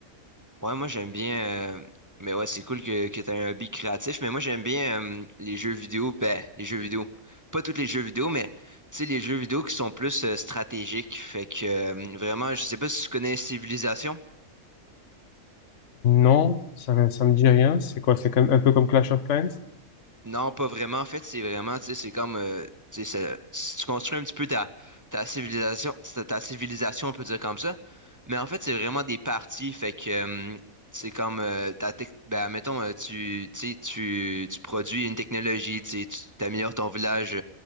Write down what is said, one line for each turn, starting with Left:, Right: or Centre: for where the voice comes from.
Right: Ouais, moi j'aime bien. euh, mais ouais, c'est cool que, que tu un hobby créatif. Mais moi j'aime bien euh, les jeux vidéo. Ben, les jeux vidéo. Pas tous les jeux vidéo, mais tu sais, les jeux vidéo qui sont plus euh, stratégiques. Fait que euh, vraiment, je sais pas si tu connais Civilisation.
Left: Non, ça, va- ça me dit rien. C'est quoi? C'est comme un peu comme Clash of Clans?
Right: Non, pas vraiment. En fait, c'est vraiment, tu sais, c'est comme, euh, tu sais, ça- si tu construis un petit peu ta, ta civilisation, ta, ta civilisation, on peut dire comme ça. Mais en fait, c'est vraiment des parties. Fait que, euh, c'est comme, euh, ta tec- ben, mettons, euh, tu, tu, sais, tu, tu produis une technologie, tu sais, tu améliores ton village,